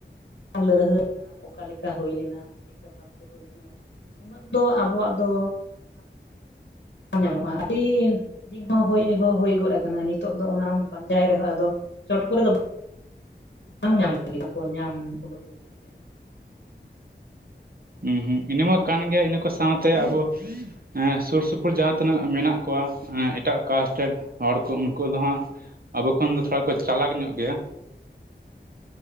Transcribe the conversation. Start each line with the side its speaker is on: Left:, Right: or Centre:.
Left: ᱞᱟᱹᱲᱦᱟᱹᱭᱮᱱᱟ ᱚᱠᱟ ᱞᱮᱠᱟ ᱦᱩᱭ ᱞᱮᱱᱟ ᱪᱮᱜᱠᱟ ᱵᱷᱟᱵᱛᱮ ᱦᱩᱭ ᱩᱱᱟᱹᱜ ᱫᱚ ᱟᱵᱚᱣᱟᱜ ᱫᱚ ᱵᱟᱝ ᱧᱟᱢᱚᱜ-ᱟ ᱟᱹᱰᱤ ᱫᱤᱱ ᱦᱚᱸ ᱦᱳᱭ ᱦᱚᱸ ᱦᱳᱭ ᱜᱚᱫ ᱟᱠᱟᱱᱟ ᱱᱤᱛᱚᱜ ᱫᱚ ᱚᱱᱟᱢ ᱯᱟᱸᱡᱟᱭ ᱨᱮᱦᱚᱸ ᱟᱫᱚ ᱪᱚᱴ ᱠᱚᱨᱮ ᱫᱚ ᱵᱟᱝ ᱧᱟᱢ ᱞᱟᱹᱜᱤ ᱧᱟᱢ ᱳᱰᱳᱠ ᱞᱟᱹᱜᱤᱫ ᱛᱮ
Right: ᱦᱩᱸ ᱦᱩᱸ ᱤᱱᱟᱹᱢᱟ ᱠᱟᱱ ᱜᱮ ᱤᱱᱟᱹ ᱠᱚ ᱥᱟᱶᱛᱮ ᱟᱵᱚ ᱦᱮᱸ ᱥᱩᱨ ᱥᱩᱯᱩᱨ ᱡᱟᱦᱟᱸ ᱛᱤᱱᱟᱹᱜ ᱢᱮᱱᱟᱜ ᱠᱚᱣᱟ ᱮᱴᱟᱜ ᱠᱟᱥᱴ ᱨᱮᱱ ᱦᱚᱲ ᱠᱚ ᱩᱱᱠᱩ ᱫᱚ ᱦᱟᱸᱜ ᱟᱵᱚ ᱠᱷᱚᱱ ᱫᱚ ᱛᱷᱚᱲᱟ ᱠᱚ ᱪᱟᱞᱟᱠ ᱧᱚᱜ ᱜᱮᱭᱟ᱾